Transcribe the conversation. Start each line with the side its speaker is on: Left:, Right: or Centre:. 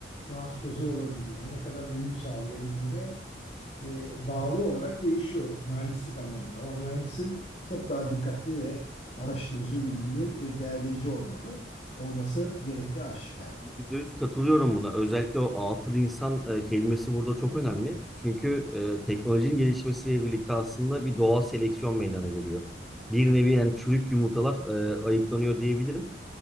Left: transpoze olabildiğine, ne kadar uyum sağlayabildiğine e, bağlı olarak değişiyor mühendislik anlamında. Ama mühendisin çok daha dikkatli ve araştırıcı, bilgili ve değerleyici olmalı. Olması gerektiği aşikar.
Centre: %100 katılıyorum buna. Özellikle o atıl insan e, kelimesi burada çok önemli. Çünkü e, teknolojinin gelişmesiyle birlikte aslında bir doğal seleksiyon meydana geliyor. Bir nevi yani çürük yumurtalar e, ayıklanıyor diyebilirim.